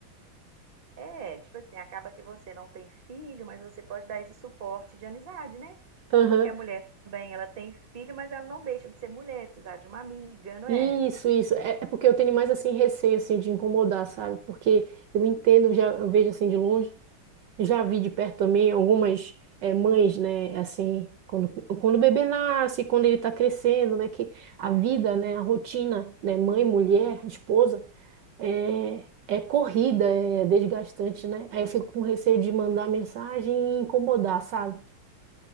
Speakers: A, on the right; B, on the right.
A: É, tipo assim, acaba que você não tem filho, mas você pode dar esse suporte de amizade, né?
B: Aham.
A: Porque a mulher também, ela tem filho, mas ela não deixa de ser mulher, precisar de uma amiga, não
B: Isso,
A: é?
B: isso. É, é porque eu tenho mais assim receio assim de incomodar, sabe? Porque eu entendo, já eu vejo assim de longe, já vi de perto também algumas eh, mães, né? Assim, quando, quando o bebê nasce, quando ele está crescendo, né? Que a vida, né? A rotina, né? Mãe, mulher, esposa, é, é corrida, é desgastante, né? Aí eu fico com receio de mandar mensagem e incomodar, sabe?